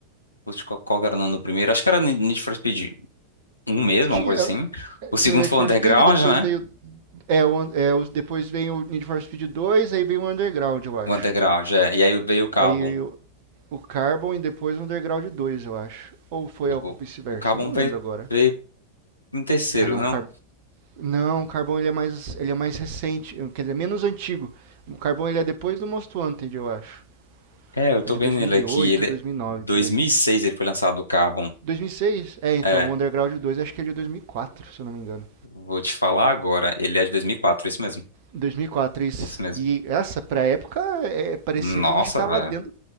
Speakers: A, on the left; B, on the right.
A: Putz, qual, qual era o nome do primeiro? Acho que era Need for Speed um mesmo,
B: Tinha,
A: alguma coisa assim.
B: eh,
A: O segundo
B: tinha o Need
A: foi
B: for
A: o Underground,
B: Speed, depois
A: né?
B: veio É, o, é, os- depois vem o Need for Speed 2, aí vem o Underground, eu acho.
A: O Underground, é. E aí veio o Carbon.
B: Aí o, o Carbon e depois o Underground dois eu acho. Ou foi
A: O,
B: ao
A: o,
B: vice-versa,
A: o Carbon
B: não
A: veio,
B: lembro agora.
A: veio em terceiro,
B: Ah, não,
A: não?
B: o Carbon. Não, o Carbon ele é mais ele é mais recente, quer dizer, menos antigo. O Carbon ele é depois do Most Wanted, eu acho.
A: É, eu tô
B: É de
A: vendo
B: 2008,
A: ele aqui. Ele,
B: 2009
A: é- 2006
B: por aí.
A: ele foi lançado, o Carbon.
B: 2006? É, então
A: É,
B: o Underground dois acho que é de 2004, se eu não me engano.
A: vou te falar agora. Ele é de 2004, isso mesmo.
B: 2004 isso.
A: É Isso mesmo.
B: E essa pra época é, parecia
A: Nossa,
B: que a gente tava
A: velho.
B: dentro.